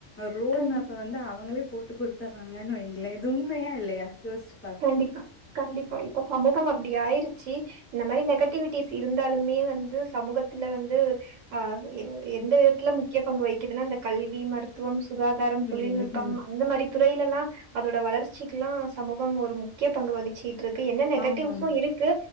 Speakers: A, on the left; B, on the right.
A: ரோட்
B: கண்டிப்பா.
A: மேப்ப வந்து அவங்களே போட்டு குடுத்துர்றாங்கன் வைங்களே இது உண்மையா இல்லையா யோசிச்
B: கண்டிப்பா கண்டிப்பா இப்ப சமூகம் அப்டி ஆயிருச்சி இந்த மாரி நெகட்டிவிட் டிஸ் இருந்தாலுமே வந்து சமூகத்துல வந்து ஆ எ எ எந்த விதத்துல முக்கிய பங்கு வகி கிதுனா இந்த கல்வி மருத்துவம் சுகாதாரம் தொழில்நுட்பம்
A: ம் ம் ம்
B: அந்த மாரி துறையிலல்லா அதோட வளர்ச்சிக்குலா சமூகம் ஒரு முக்கிய பங்கு வகிச்சிட்டு இருக் க்கு என்ன நெகட்டிவ்ஸும்
A: ஆமாங்க
B: இருக்கு